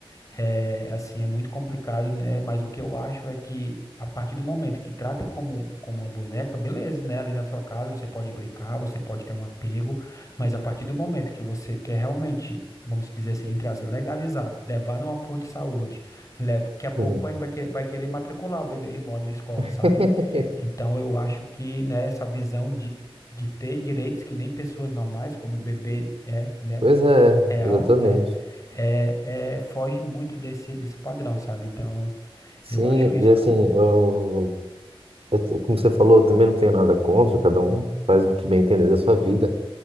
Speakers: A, on the left; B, on the right.
A: É, assim, é muito complicado, né? Mas o que eu acho é que a partir do momento que trata como, como uma boneca, beleza, né? Ali na sua casa você pode brincar, você pode ter um apego, mas a partir do momento que você quer realmente, vamos dizer assim, entre aspas, legalizar, levar num apoio de saúde, leva, daqui a pouco
B: Hum.
A: vai, vai, que- vai querer matricular o bebê reborn na escola,
B: <laughs>
A: sabe? Então eu acho que, né, essa visão de. De ter direitos que nem pessoas normais, como o bebê é, né?
B: Pois é,
A: real,
B: exatamente.
A: né? É, é, foge muito desse, desse padrão, sabe? Então,
B: Sim,
A: eu acho isso,
B: e assim,
A: cara.
B: eu, eu- como você falou, eu também não tenho nada contra, cada um faz o que bem entender da sua vida,